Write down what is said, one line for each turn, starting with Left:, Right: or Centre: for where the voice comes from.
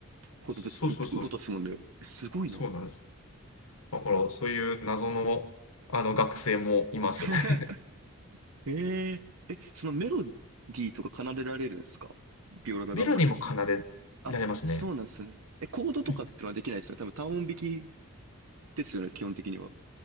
Right: ことです、
Left: そうそうそう。
Right: ことですもんね。えすごいな。
Left: そうなんです。だから、そういう謎の、あの学生もいます。
Right: <laughs>
Left: <laughs>
Right: えええ、そのメロディーとか奏でられるんですかビオラだガンバです。
Left: メロディーも奏でられますね。
Right: あ、そうなんですね。え、コードとかってのはできないですよね。
Left: うん、
Right: 多分単音弾きですよね、基本的には。